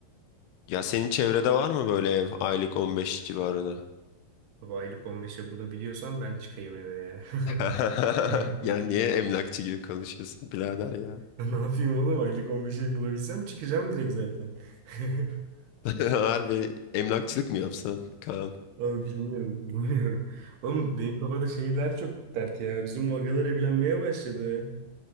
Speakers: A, on the left (about 80°); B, on the right (about 80°).
A: Ya senin çevrede var mı böyle ev aylık 15 civarında?
B: Baba aylık 15'e bulabiliyorsan ben çıkayım eve ya.
A: <laughs>
B: <laughs>
A: Ya niye emlakçı gibi konuşuyorsun birader ya?
B: Ne yapayım oğlum aylık 15'e bulabilsem çıkacağım direkt zaten. <laughs>
A: <laughs> Harbi emlakçılık mı yapsan Kaan?
B: Abi bilmiyorum, bilmiyorum. Oğlum benim kafada şeyler çok dert ya. Bizim agalar evlenmeye başladı.